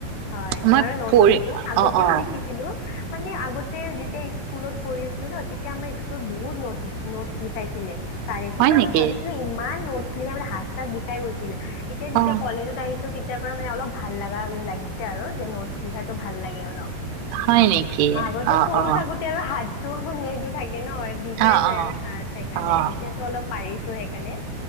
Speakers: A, on the left; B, on the right.
A: হয়
B: মই
A: ময় নোটছ
B: পঢ়ি
A: লিখো আগতেও
B: অ অ
A: লিখিছিলো মানে আগতে যেতিয়া স্কুলত পঢ়িছিলো ন তেতিয়া আমাৰ স্কুলত বহুত ন নোটছ লিখাইছিলে তাৰে তেতিয়া
B: হয় নেকি
A: মই ভাবিছিলো ইমান ন হাত চাত বিষাই গৈছে ছিল এতিয়া যেতিয়া
B: অ
A: কলেজত আহি তো তেতিয়াৰ পৰা মানে অলপ ভাল লাগা লাগিছ ছে আৰু যে নোটছ লিখাটো ভাল লাগে অলপ।
B: হয় নেকি
A: আ, আগতে
B: অ
A: সৰু
B: অ
A: থাকোতে আৰু হাত তোৰ মানে এইটো থাক কে নহয় বিষাই
B: অ
A: যায়
B: অ
A: হাত সেইকাৰণে
B: অ
A: এতিয়াতো অলপ পাৰিছোঁ সেইকাৰণে।